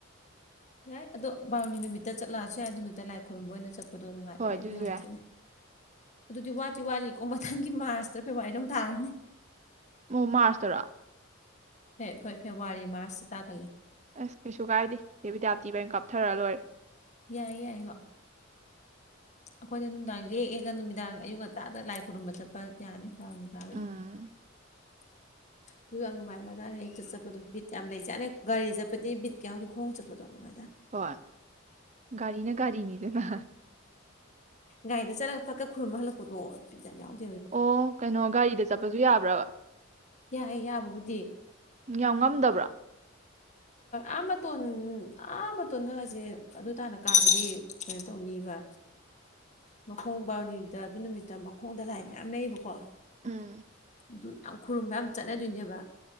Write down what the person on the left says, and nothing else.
ꯌꯥꯏ ꯑꯗꯣ ꯕꯥꯔꯣꯅꯤ ꯅꯨꯃꯤꯠꯇ ꯆꯠꯂꯛꯑꯁꯨ ꯌꯥꯏ ꯑꯗꯨ ꯅꯠꯇꯥꯏ ꯂꯥꯏ ꯈꯨꯔꯨꯝꯕ ꯑꯣꯏꯅ ꯆꯠꯄ ꯗꯣ ꯅꯨꯡꯉꯥꯏꯕꯅꯦ
ꯑꯗꯨ ꯌꯥꯝ
ꯊꯤꯅ ꯑꯗꯨꯗꯤ ꯋꯥꯠꯇꯤ ꯋꯥꯠꯂꯤꯀꯣ ꯃꯊꯪꯒꯤ ꯃꯥꯁꯇꯔ ꯐꯦꯕꯋꯥꯔꯤꯔꯣꯝ ꯇꯥꯔꯅꯤ
ꯐꯦꯕꯋꯥꯔꯤ ꯃꯥꯔꯁꯁꯤ ꯇ
ꯌꯥꯏꯌꯦ ꯌꯥꯏꯌꯦ ꯂꯥꯛꯑꯣ ꯑꯩꯈꯣꯏꯗ ꯅꯨꯡꯗꯥꯡ ꯂꯦꯛꯑꯒ ꯅꯨꯃꯤꯗꯥꯡ ꯑꯌꯨꯛ ꯉꯟꯇꯥꯗ ꯂꯥꯏ ꯈꯨꯔꯨꯝꯕ ꯆꯠꯄ ꯌꯥꯅꯤ ꯀꯥꯎꯕꯨ ꯀꯥꯎꯏ
ꯑꯗꯨ ꯌꯥꯝ ꯅꯨꯡꯉꯥꯏꯔ꯭ꯔꯖꯥꯠꯅꯦ ꯑꯌꯨꯛꯇ ꯆꯠꯄꯗꯣ ꯕꯤꯠ ꯌꯥꯝ ꯂꯩꯖꯥꯅ ꯒꯥꯔꯤ ꯆꯠꯄꯗꯤ ꯕꯤꯠ ꯌꯥꯎꯗꯦ ꯈꯣꯡ ꯆꯠꯄꯗꯣ ꯌꯥꯝ ꯅꯨꯡꯉꯥꯏꯖꯥꯠꯅꯦ
ꯒꯥꯥꯏꯗ ꯆꯠꯂꯒ ꯐꯠꯀ ꯈꯨꯔꯨꯝꯕ ꯍꯜꯂꯛꯄꯗꯣ ꯕꯤꯠ ꯌꯥꯝ ꯌꯥꯎꯗꯦ
ꯌꯥꯏ ꯌꯥꯕꯕꯨꯗꯤ
ꯑꯥ ꯃꯇꯣꯟ ꯑꯥ ꯃꯇꯣꯟꯗꯒꯁꯦ ꯑꯗꯨ ꯇꯥꯅ ꯀꯥꯕꯗꯤ ꯀꯩꯅꯣ ꯇꯧꯅꯤꯕ ꯃꯈꯣꯡ ꯕꯥꯔꯨꯅꯤꯗ ꯑꯗꯨ ꯅꯨꯃꯤꯠꯇ ꯃꯈꯣꯡꯗ ꯂꯥꯏ ꯃꯌꯥꯝ ꯂꯩꯕꯀꯣ
ꯑꯗꯨ ꯌꯥꯝ ꯈꯨꯔꯨꯝꯕ ꯌꯥꯝ ꯆꯠꯅꯗꯣꯏꯅꯦꯕ